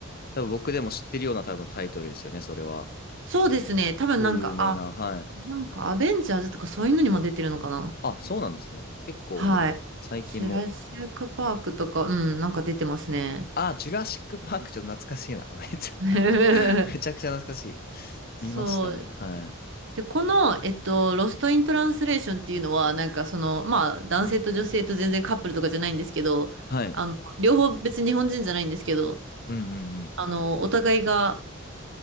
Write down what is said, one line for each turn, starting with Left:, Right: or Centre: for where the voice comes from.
Left: 多分僕でも知ってるような多分タイトルですよね、それは。
Right: そうですね。多分なんか、
Left: 超有名な、
Right: あ、
Left: はい。
Right: なんかアベンジャーズとかそういうのにも出てるのかな。
Left: あ、そうなんですね。結構じゃあ、
Right: はい。
Left: 最近も。
Right: ジュラシックパークとか、うん、なんか出てますね。
Left: あ、ジュラシック・パークちょっと懐かしいな。<laughs> めちゃ
Right: <laughs>
Left: <laughs> めちゃくちゃ懐かしい。
Right: そう。
Left: 見ましたね。はい。
Right: で、この、えっと、ロストイントランスレーションっていうのは、なんかその、まあ、男性と女性と全然カップルとかじゃないんですけど、
Left: はい。
Right: あの、両方別に日本人じゃないんですけど、
Left: うんうん
Right: あの、お互いが